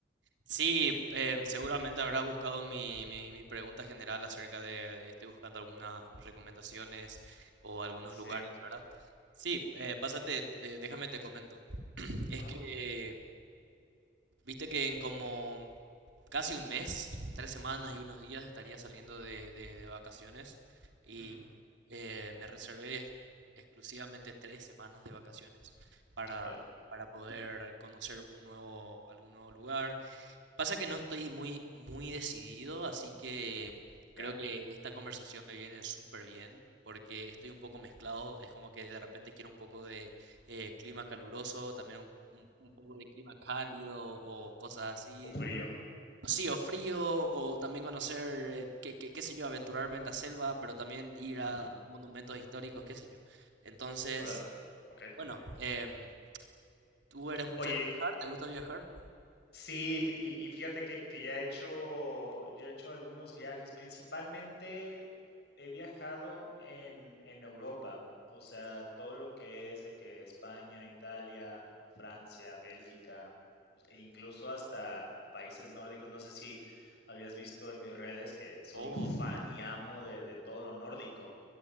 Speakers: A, on the right; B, on the left.
A: Sí, em, seguramente habrás buscado mi, mi- mi pregunta general acerca de, de- estoy buscando algunas recomendaciones o algunos
B: Sí.
A: lugares, ¿verdad? Sí, eh, pásate, de- déjame te comento. Es
B: Ajá.
A: que Viste que en como casi un mes, tres semanas
B: ujú,
A: y unos días estaría saliendo de, de- de vacaciones y
B: ujú,
A: eh, me reservé exclusivamente tres semanas de vacaciones para,
B: Órale.
A: para poder conocer un nuevo, algún nuevo lugar Pasa que no estoy muy, muy decidido, así que creo
B: Ya.
A: que esta conversación me viene súper bien porque estoy un poco mezclado. Es como que de repente quiero un poco de eh, clima caluroso, también un, un- un poco de clima cálido o cosas así.
B: O frío.
A: Sí, o frío, o también conocer, eh, qué, qué- qué sé yo, aventurarme en la selva, pero también ir a
B: Ajá.
A: monumentos históricos, qué sé yo. Entonces,
B: Órale. Ok.
A: bueno, em, ¿tú eres mucho
B: Oye,
A: de viajar? ¿Te gusta viajar?
B: Sí, fi y y fíjate que que ya he hecho ya he hecho algunos viajes, principalmente he viajado en en Europa, o sea, todo lo que es de que España, Italia, Francia, Bélgica, us- e incluso hasta países nórdicos, no sé si habías visto en mis redes que soy
A: Oh.
B: fan y amo de de todo lo nórdico,